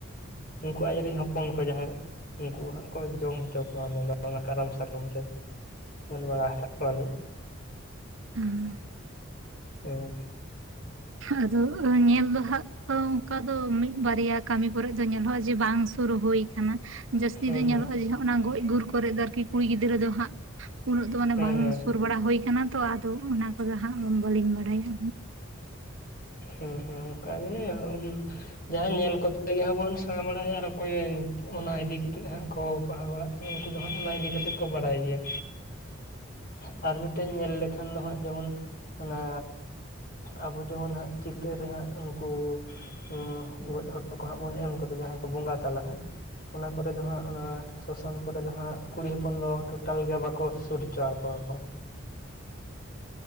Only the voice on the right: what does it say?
<inaudible>
ᱟᱫᱚ ᱧᱮᱞ ᱫᱚ ᱦᱟᱜ ᱚᱱᱠᱟ ᱫᱚ ᱢᱤᱫᱽ ᱵᱟᱨᱭᱟ᱾ ᱠᱟᱹᱢᱤ ᱠᱚᱨᱮᱫ ᱫᱚ ᱧᱮᱞᱚᱜᱼᱟ ᱡᱮ ᱵᱟᱝ ᱥᱩᱨ ᱦᱩᱭ ᱠᱟᱱᱟ ᱡᱟᱹᱥᱛᱤ
ᱫᱚ
ᱧᱮᱞᱚᱜᱼᱟ ᱡᱮ ᱚᱱᱟ ᱜᱚᱡ ᱜᱩᱨᱼᱼ ᱠᱚᱨᱮ ᱫᱚ ᱟᱨᱠᱤ ᱠᱩᱲᱤ ᱜᱤᱫᱽᱨᱟᱹ ᱫᱚ ᱦᱟᱸᱜ ᱩᱱᱟᱹᱜ ᱫᱚ ᱢᱟᱱᱮ
ᱵᱟᱝ
ᱥᱳᱨ ᱵᱟᱲᱟ ᱦᱩᱭ ᱠᱟᱱᱟ ᱛᱚ ᱟᱫᱚ ᱚᱱᱟ ᱠᱚᱫᱚ ᱦᱟᱸᱜ ᱵᱟᱹᱞᱤᱧ ᱵᱟᱲᱟᱭᱟ
<unintelligible>
<unintelligible>